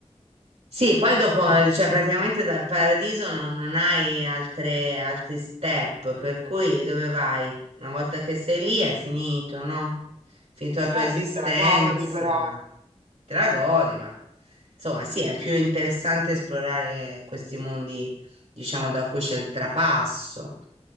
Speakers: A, on the right; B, on the right.
A: Sì, poi dopo, eh, cioè praticamente dal paradiso non, non hai altre, altri step, per cui dove vai? Una volta che sei lì è finito, no? Finito la tua
B: ah,
A: esistenza,
B: lì te la godi però.
A: te la godi, ma insomma sì, è più interessante esplorare questi mondi, diciamo, da cui c'è il trapasso.